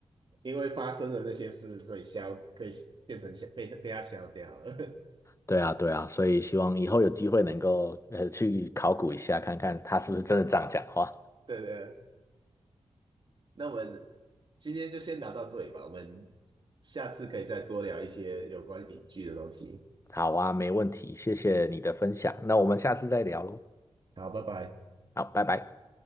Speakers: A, on the right; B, on the left.
A: 因为发生的那些事，所以消可以变成消被被他消掉了，<laughs>
B: 对啊，对啊，所以希望以后有机会能够呃去考古一下，看看他是不是真的这样讲话。
A: 对对。那我们今天就先聊到这里吧，我们下次可以再多聊一些有关影剧的东西。
B: 好啊，没问题，谢谢你的分享，那我们下次再聊喽。
A: 好，拜拜。
B: 好，拜拜。